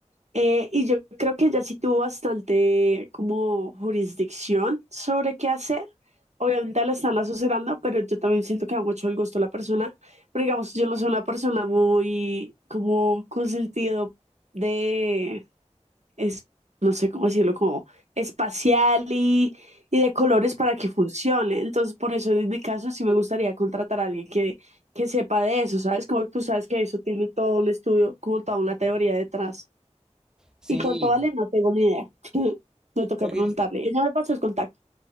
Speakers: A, on the right; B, in the centre.
A: Eh, y yo creo que ella sí tuvo bastante como jurisdicción sobre qué hacer. Obviamente la están asesorando, pero yo también siento que da mucho el gusto a la persona. Pero digamos, yo no soy una persona muy como con sentido de, es, no sé cómo decirlo, como espacial y, y de colores para que funcione. Entonces, por eso en mi caso sí me gustaría contratar a alguien que, que sepa de eso, ¿sabes? Como tú sabes que eso tiene todo un estudio, como toda una teoría detrás.
B: Sí,
A: ¿Y cuánto vale? No tengo ni idea. <laughs> Me toca
B: creo
A: preguntarle.
B: que
A: Ella me pasó el contacto.